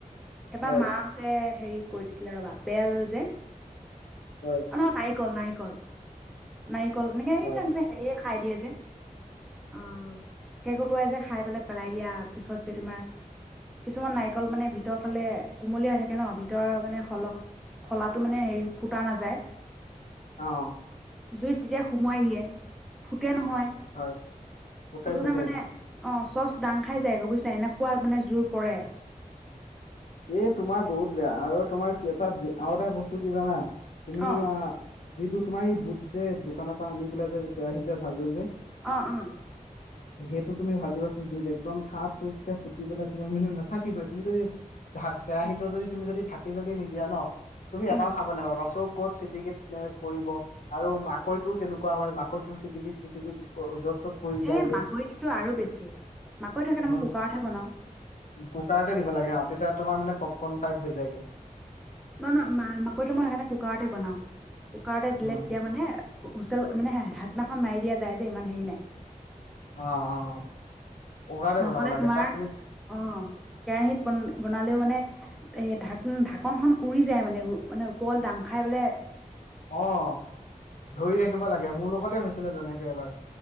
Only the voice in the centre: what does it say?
এবাৰ
মাহঁতে হেৰি কৈ দিছিলে ৰ'বা বেল যে
অ, ন। নিক, নাৰিকল, নাৰিকল এনেকে এইবিলাক
যে হেৰিয়ে খাই দিয়ে যে অ, কেক উটুৱাই যে খাই পেলাই, পেলাই দিয়া পিছত যে, তোমাৰ কিছুমান নাৰিকল মানে ভিতৰৰ ফালে কুমলীয়া হৈ থাকে ন, ভিতৰৰ মানে সলখ খলাটো মানে হেৰি ফুটা নাযায়।
জুইত যেতিয়া সুমোৱাই দিয়ে, ফু ফুটে নহয়,
ফুটুতে
মানে অহ চ'চ দাং খাই যায় বুজিছা, এনেকুৱা মানে জোৰ পৰে।
অ
অহ', অহ'।
উম
এই মাকৈটোতো আৰু বেছি মাকৈটো সেইকাৰণে
মই কুকাৰতহে বনাও
ন, ন, মাকৈটো মই সেইকাৰণে কুকাৰতে বনাওঁ। কুকাৰতে দিলে
তেতিয়া মানে হুচেল, মানে ঢাকনাখন মাৰি দিয়া যায় যে ইমান হেৰি নাই।
নহ'লে
তোমাৰ
অহ, কেৰাহিত বন বনালেও মানে এ ঢাক-ঢাকনখন উৰি যায় মানে উ মানে ওপৰলে দাং খাই বোলে।